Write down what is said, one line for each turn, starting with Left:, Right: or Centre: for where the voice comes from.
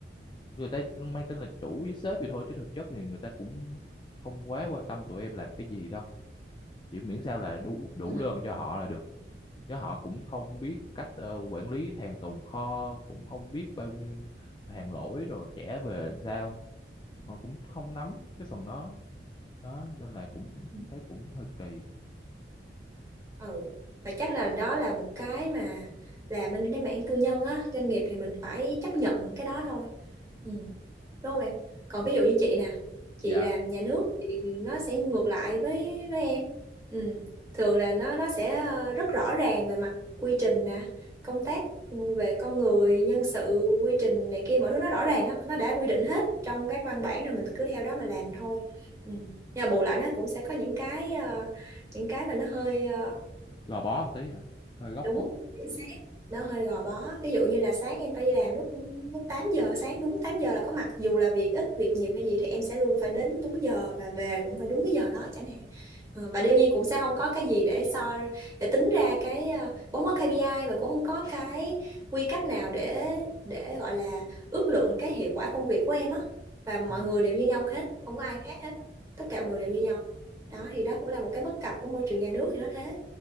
Left: người ta mang tên là chủ với sếp vậy thôi chứ thực chất thì người ta cũng không quá quan tâm tụi em làm cái gì đâu chỉ miễn sao là đủ đủ
Right: ừ
Left: đơn cho họ là được chứ họ cũng không biết cách ờ, quản lý hàng tồn kho cũng không biết bao nhiêu hàng lỗi rồi trả về làm sao họ cũng không nắm cái phần đó đó nên là cũng
Right: ừ.
Left: thấy cũng hơi kỳ
Right: Ừ. Và chắc là đó là một cái mà làm bên cái mảng tư nhân á doanh nghiệp thì mình phải chấp nhận cái đó thôi. Ừ. đúng không em còn
Left: dạ
Right: ví dụ như chị nè chị
Left: dạ
Right: làm nhà nước thì nó sẽ ngược lại với với em ừ. thường là nó nó sẽ ờ, rất rõ ràng về mặt quy trình nè công tác về con người nhân sự quy trình này kia mọi thứ nó rõ ràng nó, nó đã quy định hết trong các văn bản rồi mình cứ theo đó mà làm thôi ừ. nhưng mà bù lại nó cũng sẽ có những cái ờ, những cái mà nó hơi ờ,
Left: gò bó một tí hả hơi góc
Right: đúng
Left: khuất
Right: chính xác nó hơi gò bó ví dụ như là sáng em phải đi làm lúc lúc 8 giờ sáng đúng 8 giờ là có mặt dù là việc ít việc nhiều hay gì thì em sẽ luôn phải đến đúng giờ và về cũng phải đúng cái giờ đó chẳng hạn Ờ, và đương nhiên cũng sẽ không có cái gì để so để tính ra cái ờ, cũng không có KPI và cũng không có cái quy cách nào để để gọi là ước lượng cái hiệu quả công việc của em á và mọi
Left: Ừ.
Right: người đều như nhau hết không có ai khác hết tất cả mọi người đều như nhau đó thì đó cũng là một cái bất cập của môi trường nhà nước thì nó thế